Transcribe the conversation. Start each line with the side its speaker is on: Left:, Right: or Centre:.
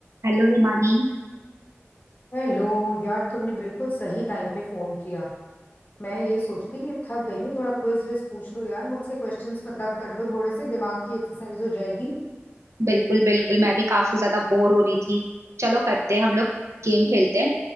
Right: Hello Himani
Left: Hello यार तुमने बिल्कुल सही टाइम पे फोन किया मैं यही सोच रही थी कि थक गई हूँ थोड़ा क्विज विज पूछ लो यार मुझसे क्वेश्चंस पता कर लो थोड़े से दिमाग की एक्सरसाइज हो जाएगी
Right: बिल्कुल बिल्कुल मैं भी काफी ज्यादा बोर हो रही थी चलो करते हैं हम लोग गेम खेलते हैं